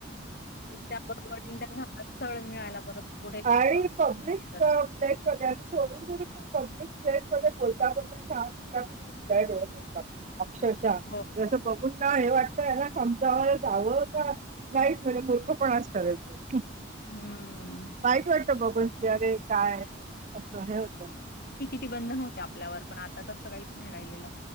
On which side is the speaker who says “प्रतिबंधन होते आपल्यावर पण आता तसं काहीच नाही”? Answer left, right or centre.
Left